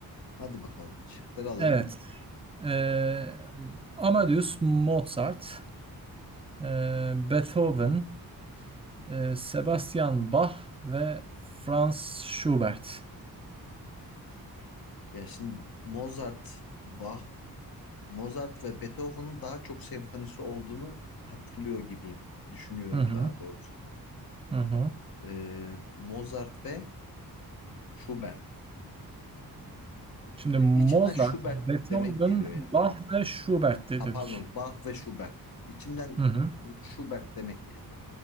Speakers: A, on the left; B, on the right.
A: Hadi bakalım. Şıkları alayım.
B: Evet. eee, Amadeus Mozart, eee, Beethoven, eee, Sebastian Bach ve Franz Schubert.
A: Ya şimdi Mozart, Bach, Mozart ve Beethoven'ın daha çok senfonisi olduğunu hatırlıyor gibiyim. Düşünüyorum
B: Hı hı,
A: daha doğrusu.
B: hı hı.
A: Ee, Mozart ve Schubert.
B: Şimdi
A: Ee,
B: Mozart,
A: içimden Schubert
B: Beethoven,
A: demek geliyor ya.
B: Bach ve Schubert de-
A: Ha
B: dedik.
A: pardon, Bach ve Schubert. İçimden
B: Hı hı.
A: Schubert demek geliyor.